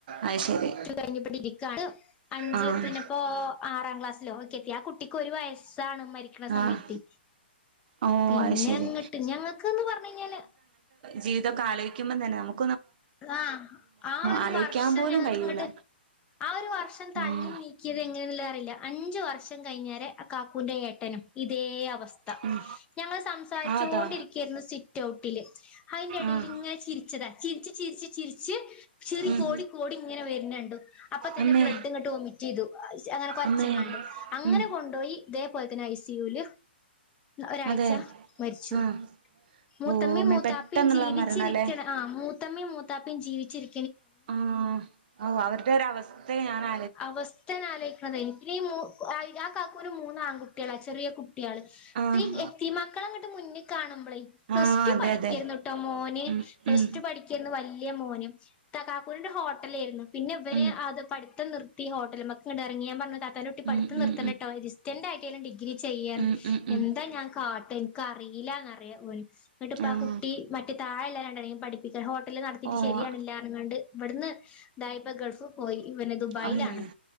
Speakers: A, on the right (about 50°); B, on the left (about 15°).
A: അത് ശരി
B: കഴിഞ്ഞപ്പോരിക്കയാണ് അഞ്ച്
A: ആഹ്
B: പിന്നെ ഇപ്പോ ആറാം ക്ലാസ്സിലോക്കെ യാ ആ കുട്ടിക്ക് ഒരു വയസ് ആണ് മരിക്കണ സമയത്ത്
A: ആഹ് ഓ
B: പിന്നെ
A: അത് ശരി
B: അങ്ങട്ട് ഞങ്ങക്ക്ന്ന് പറഞ്ഞ കഴിഞ്ഞാല്
A: ജീവിതമെക്കെ ആലോചിക്കുമ്പ തന്നെ നമക്ക്
B: ആഹ് ആ ഒരു
A: ആലോചിക്കാൻ
B: വർഷം
A: പോലും
B: ഞങ്ങക്ക്
A: കഴിയൂല
B: ഇങ്ങട്ട് ആ ഒരു വർഷം തള്ളി
A: ഉം
B: നീക്കിയത് എങ്ങനെയന്നുള്ളതറിയില്ല അഞ്ചു വർഷ കഴിഞ്ഞാല് കാക്കൂന്റെ ഏട്ടനും ഇതേ അവസ്ഥ സ്ഥ
A: ഉം
B: ഞങ്ങള് സംസാരിച്ചോണ്ടിരിക്കായിരുന്നു
A: അതാ
B: സിറ്റ് ഔട്ടില് അതിന്റെ ഇടയിലിങ്ങനെ
A: ആഹ്
B: ചിരിച്ചതാ ചിരി ചിരിച്ച് ചിരിച്ച് ചിരിച്ച് ചിറി
A: ഉം
B: കോടി കോടി ഇങ്ങനെ വെരിണണ്ടു അപ്പൊ തന്നെ
A: അമ്മേ
B: ബ്ലഡ് ഇങ്ങട്ട് വൊമിറ്റ് ചെയ്തു, അങ്ങനെ കൊരച്ചങ്ങാണ്ട്
A: അമ്മേ
B: അങ്ങനെ
A: ഉം
B: കൊണ്ടോയി ഇതേപോലെ തന്നെ ഐസിയൂല് ഒരാഴ്ച
A: അതെ
B: മരിച്ചു
A: ആഹ്
B: മൂത്തമ്മയും
A: ഓമ്മേ
B: മൂത്താപ്പയും
A: പെട്ടെന്നുള്ള
B: ജീവിച്ചിരിക്കണ
A: മരണല്ലേ
B: ആഹ് മൂ മൂത്തമ്മയും മൂത്താപ്പെയും ജീവിച്ചിരി
A: ആ ഓ അവരുടെ ഒരു അവസ്ഥ ഞാനാ
B: അവസ്ഥയാണ് ആലോയിക്കണതേ പിന്നെ ഈ മൂ ആ ആ കാക്കു ഒരു മൂന്ന് ആൺകുട്ടികളാ ചെറിയ കുട്ട കുട്ടികള്
A: ആഹ്
B: <unintelligible> എത്തീം മക്കളെ അങ്ങട്ട് മുന്നി കാണുമ്പളേ പ്ലസ്
A: ആഹ്
B: ടു
A: അതെ
B: പഠിക്കരുന്നുട്ടോ
A: അതെ
B: മോന്
A: ഉം
B: പ്ലസ്
A: ഉം
B: ടു പഠിക്കരുന്നു വല്യ വലിയ മോനും ഇത്താ കാക്കൂനൊരു ഹോട്ടലേരുന്നു. പിന്നെ ഇവന്
A: ഉം
B: അത് പഠി ത്തം നിർത്തി ഹോട്ടൽമിക്ക് ഇങ്ങട് എറങ്ങി ഞാൻ പറഞ്ഞു ഇത്താത്താൻ്റെ കുട്ടി
A: ഉം
B: പഠിത്തം നിർത്തണ്ടാട്ടോ
A: ഉം
B: ഡിസ്റ്റന്റ് ആയി പിന്നെ ഡിഗ്രി ചെയ്യാൻ
A: ഉം ഉം ഉം ഉം
B: എന്താ ഞാൻ കാ എൻക്ക് അറിയില്ലാന്നറിയാ ഓന് എന്നിട്ടിപ്പാ
A: ആഹ്
B: കുട്ടി മറ്റേ താഴെ <unintelligible> പഠിപ്പി <unintelligible> ഹോട്ടല് നടത്തീട്ട്
A: ഓഹ്
B: ശരിയാവിണില്ലാ പറഞ്ഞാണ്ട് ഇവിടുന്ന് ഇതായിപ്പോ ഗൾഫ് പോയി പിന്നെ ദുബായിലാണ്
A: അത് അങ്ങനെയാ,